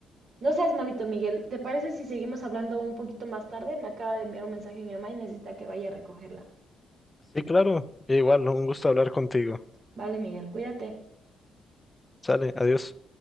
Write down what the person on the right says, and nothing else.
No seas malito, Miguel. ¿Te parece si seguimos hablando un poquito más tarde? Me acaba de enviar un mensaje mi mamá y necesita que vaya a recogerla.
Vale, Miguel, cuídate.